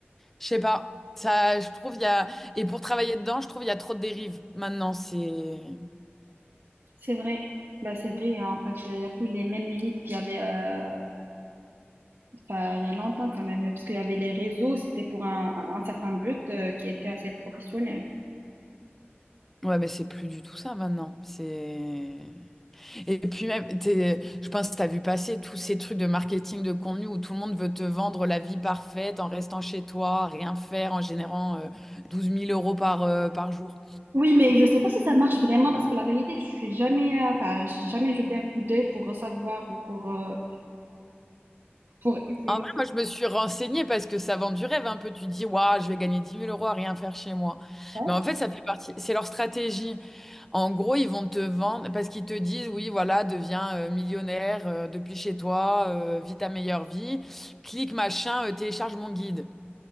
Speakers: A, in the centre; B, on the right (about 80°).
A: Je sais pas. Ça, je trouve, il y a... Et pour travailler dedans, je trouve, il y a trop de dérives. Maintenant, c'est...
B: C'est vrai. Bah, c'est vrai, hein, en fait. Il n'y a plus les mêmes limites qu'il y avait. euh, Enfin, il y a longtemps quand même, parce qu'il y avait les réseaux, c'était pour un, un- un certain but euh, qui était assez professionnel.
A: Ouais, mais c'est plus du tout ça, maintenant. C'est... Et puis même, t'es- je pense que t'as vu passer tous ces trucs de marketing de contenu où tout le monde veut te vendre la vie parfaite en restant chez toi, à rien faire, en générant euh, 12 000 euros par, euh, par jour.
B: Oui, mais je sais pas si ça marche vraiment, parce que la vérité, je suis jamais, euh, enfin, j'ai jamais jeté un coup d'œil pour savoir ou pour, euh, pour essayer
A: En
B: de
A: vrai, moi, je me suis renseignée parce que ça vend du rêve un peu. Tu te dis, waouh, je vais gagner dix mille euros à rien faire chez moi.
B: faire.
A: Mais en fait, ça fait partie... C'est leur stratégie. En gros, ils vont te vendre parce qu'ils te disent, oui, voilà, deviens euh, millionnaire euh, depuis chez toi, euh, vis ta meilleure vie, clique machin, euh, télécharge mon guide.